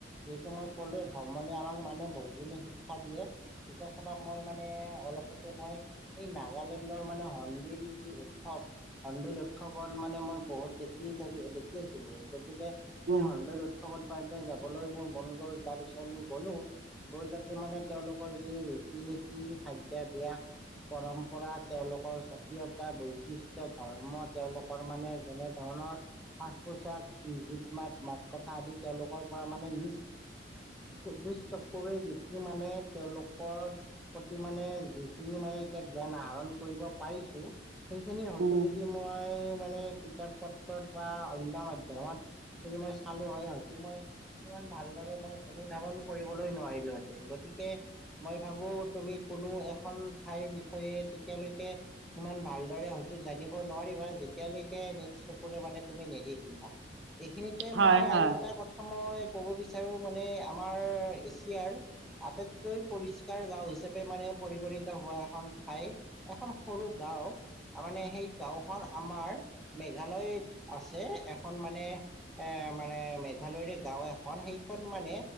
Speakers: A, in the centre; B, on the right (about 70°).
A: যিহেতু মই কলোৱে ভ্ৰমণে আমাক মানে বহুখিনি শিক্ষা দিয়ে। এতিয়া চাবা মই মানে অলপতে মই এই নাগালেণ্ডৰ মানে হৰ্ণবিল যি উৎসৱ হৰ্ণবিল উৎসৱৰ মানে মই বহুত দেখি থাকি দেখি আছিলো গতিকে সেই
B: উম,
A: হৰ্ণবেল উৎসৱত মানে যাবলৈ মোৰ মন গ'ল তাৰ পিছত আমি গলো। গৈ তাতে মানে তেওঁলোকৰ যি ৰীতি-নীতি খাদ্যব্যাস পৰম্পৰা তেওঁলোকৰ স্বকীয়তা, বৈশিষ্ট্য, ধৰ্ম তেওঁলোকৰ মানে যেনে ধৰণৰ সাজ-পোছাক, গীত-মাত, মাত-কথা আদি তেওঁলোকৰ পৰা মানে নিজ নিজ চকুৰে দেখি মানে তেওঁলোকৰ প্ৰতি মানে যিখিনি মানে এতিয়া জ্ঞান আহৰণ কৰিব পাৰিছো, সেইখিনি হয়তো
B: উম,
A: যদি মই মানে কিতাপ পত্ৰত বা অন্য মাধ্যমত যদি মই চালো হয় হয়তো মই ইমান ভালদৰে মই অনুধাৱন কৰিবলৈ নোৱাৰিলোহেঁতেন, গতিকে মই ভাবো তুমি কোনো এখন ঠাইৰ বিষয়ে তেতিয়ালৈকে ইমান ভালদৰে হয়তো জানিব নোৱাৰিবা যেতিয়ালৈকে নিজ চকুৰে মানে তুমি নেদেখিবা। এইখিনিতে
B: হয়,
A: মই
B: হয়,
A: আৰু এটা কথা মই ক'ব বিচাৰোঁ মানে আমাৰ এছিয়াৰ আটাইতকৈ পৰিষ্কাৰ গাঁও হিচাপে মানে পৰিগণিত হোৱা এখন ঠাই এখন সৰু গাঁও মানে সেই গাঁওখন আমাৰ মেঘালয়ত আছে এখন মানে এ মানে মেঘালয়ৰে গাঁও এখন সেইখন মানে